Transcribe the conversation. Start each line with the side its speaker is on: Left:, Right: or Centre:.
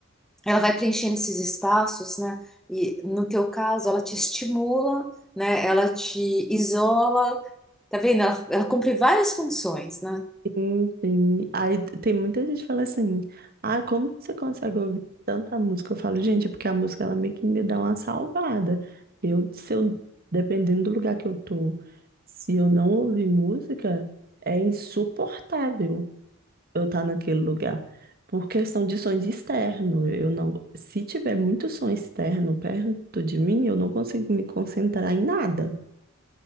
Centre: ela vai preenchendo esses espaços, né? E no teu caso, ela te estimula, né? Ela te isola, tá vendo? Ela, ela cumpre várias funções, né?
Right: Sim, sim. Aí t- tem muita gente que fala assim, ah, como que você consegue ouvir tanta música? Eu falo, gente, é porque a música ela meio que me dá uma salvada. Eu, se eu, dependendo do lugar que eu tô, se eu não ouvir música, é insuportável. eu estar naquele lugar. Por questão de sons externos, eu não, se tiver muito som externo perto de mim, eu não consigo me concentrar em nada.